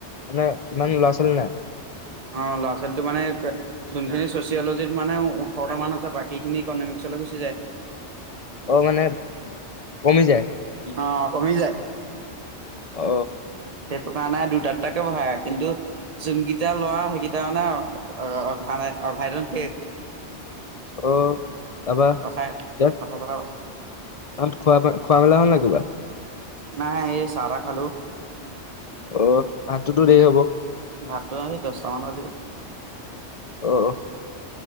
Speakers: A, on the left; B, on the right.
A: মানে ইমান ল'ৰা ছোৱালী নাই।
B: অ ল'ৰা ছোৱালী মানে যোনখিনি চচিয়লজিত মানে ওঠৰতা মান আছে বাকীখিনি ইকনিক চলৈ গুচি যায়।
A: অ', মানে কমি যায়
B: অহ কমি যায়।
A: অ
B: সেইটো কাৰণাই দুটাতটাকে বহাই কিন্তু, চোন এতিয়া লৰা সেইকেইটাাৰ মানে অ', নাই অঘাইতন শেষ।
A: অ' তাবা,
B: কথাই
A: দে
B: কথা চথা
A: <unintelligible> ত খোৱা, খোৱা মেলা হল ন কিবা?
B: নাই এই চাহ তাহ খালো।
A: অ ভাতটোতো দেৰি হ'ব।
B: ভাতটো আমি দহটা মান বাযিব
A: অহ।